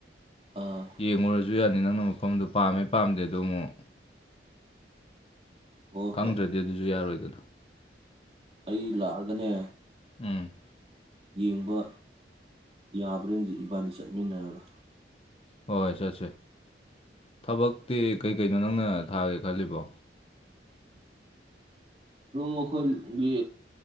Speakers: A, on the right; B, on the left.
A: ꯑꯥ
B: ꯌꯦꯡꯉꯨꯔ ꯨ ꯗꯨꯌꯥꯅꯤ ꯅꯪꯅ ꯃꯐꯝꯗꯣ ꯄꯥꯝꯃꯦ ꯄꯥꯝꯗꯦ ꯗꯣ ꯃꯨꯛ
A: ꯍꯣꯏ
B: ꯈꯪꯗ꯭ꯔꯗꯤ
A: ꯍꯣꯏ
B: ꯑꯗꯨꯖꯨ ꯌꯥꯔꯣꯏ ꯆꯂꯣ
A: ꯑꯩ ꯂꯥꯛꯑꯒꯅꯦ
B: ꯎꯝ
A: ꯌꯦꯡꯕ ꯌꯥꯕ꯭ꯔ ꯌꯦꯡꯖꯦ ꯏꯕꯥꯅꯤ ꯆꯠꯃꯤꯟꯅꯔꯒ
B: ꯍꯣꯏ ꯆꯠꯁꯦ ꯊꯕꯛꯇꯤ ꯀꯩꯀꯩꯅꯣ ꯅꯪꯅ ꯊꯥꯒꯦ ꯈꯜꯂꯤꯕꯣ
A: ꯑꯗꯨꯝ ꯑꯈꯣꯏꯒꯤ